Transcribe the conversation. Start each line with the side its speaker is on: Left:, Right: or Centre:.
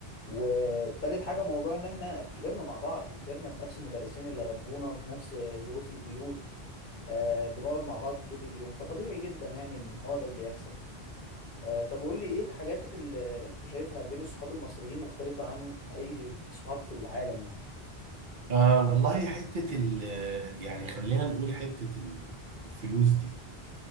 Left: وتالت حاجة موضوع ان احنا كبرنا مع بعض كبرنا بنفس المدرسين اللي ربونا بنفس ظروف البيوت آه بنقعد مع بعض طول اليوم فطبيعي جدا يعني ان هو ده اللي يحصل آه، طب قول لي ايه الحاجات اللي انت شايفها بين الصحاب المصريين مختلفة عن اي صحاب في العالم يعني
Right: آه والله حتة ال يعني خلينا نقول حتة ال- الفلوس دي